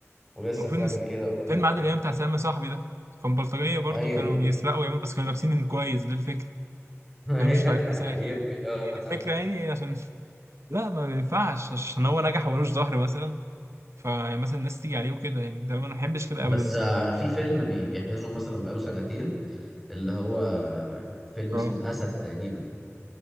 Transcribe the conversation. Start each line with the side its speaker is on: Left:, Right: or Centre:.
Centre: ولسه
Right: فيلم
Centre: بتعمل كده وبتاع
Right: فيلم عادل امام بتاع سلام يا صاحبي ده كان بلطجيه برضو
Centre: ايوه
Right: كانوا بيسرقوا ويعملوا بس كانوا لابسين كويس ده الفكره
Centre: <laughs> هي-
Right: احنا مش طالعين بساخي
Centre: يمكن
Right: هي
Centre: اه
Right: دي الفكرة يعني عشان لا ما ينفعش عشان هو نجح وملوش ظهر مثلا فمثلا الناس تيجي عليه وكده يعني ده ما بحبش كده
Centre: بس
Right: ابدا بصراحة
Centre: آه، في فيلم بيجهزه مثلا بقاله سنتين اللي هو آه، فيلم
Right: اه
Centre: اسمه الأسد تقريبا